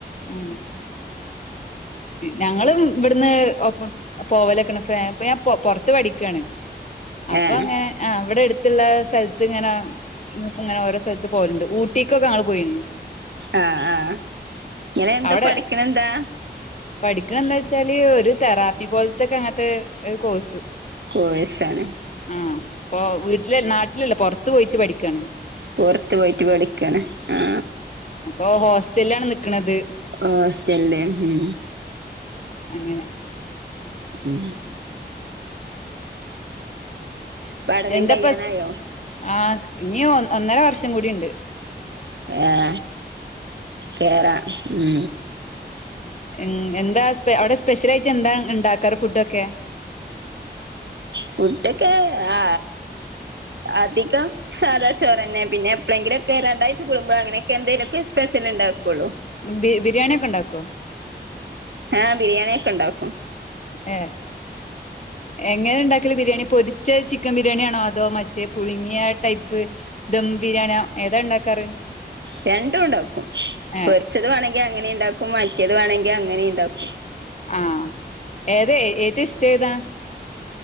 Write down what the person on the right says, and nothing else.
ഏഹ്
ആ ആ ഇങ്ങളെ എന്താ
പഠിക്കണെന്താ?
കോഴ്സാണ്.
പുറത്ത് പോയിട്ട് പടിക്കാണ് ആ
ഹോസ്റ്റൽല് ഉം
ഉം പഠനം
കഴിയാനായോ
ഏ കേറാം ഉം
ഫുഡൊക്കെ ആ അധികം സാദാ ചോറ്ന്നെ പിന്നെ എപ്പളെങ്കിലൊക്കെ രണ്ടാഴ്ച്ച കൂടുമ്പോ അങ്ങനെയൊക്കെ എന്തേലുക്കെ സ്പെഷ്യൽ ഉണ്ടാക്കുള്ളൂ
ആ ബിരിയാണി ഒക്കെ ഉണ്ടാക്കും
രണ്ടും ഉണ്ടാക്കും
പൊരിച്ചത് വേണെ ങ്കി അങ്ങനെ ഉണ്ടാക്കും മറ്റേത് വേണമെങ്കിൽ അങ്ങനെ ഇണ്ടാക്കും